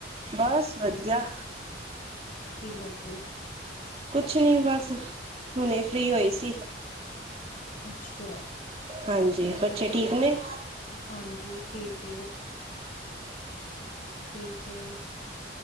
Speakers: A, on the right (about 30°); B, on the left (about 45°).
A: ਬਸ ਵਧੀਆ
B: ਕੀ ਕਰਦੇ?
A: ਕੁਛ ਨਹੀਂੀ ਬਸ ਹੁਣੇ ਫ੍ਰਰੀ ਹੋਈ ਸੀ
B: ਅੱਛਾ
A: ਹਾਂਜੀ ਬੱਚੇ ਠੀਕ ਨੇ
B: ਹਾਂਜੀ ਠੀਕ ਹੈ! ਠੀਕ ਏ!